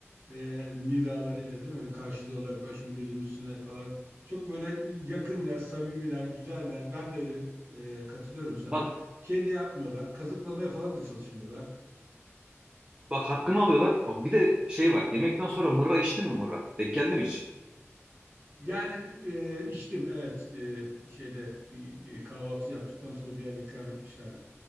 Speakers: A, on the right; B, on the right.
A: e, nidalarıyla değil mi? Öyle karşılıyorlar başım gözüm üstüne falan. Çok böyle yakınlar, samimiler, güzeller. Ben de öyle e, katılıyorum sana.
B: Bak
A: Şey de yapmıyorlar, kazıklamaya falan da çalışmıyorlar.
B: bak hakkını alıyorlar. Bak bir de şey var. Yemekten sonra mırra içtin mi mırra? Denk geldi mi hiç?
A: Yani e, içtim evet e, şeyde bir e, kahvaltı yaptıktan sonra bir yerde ikram etmişlerdi.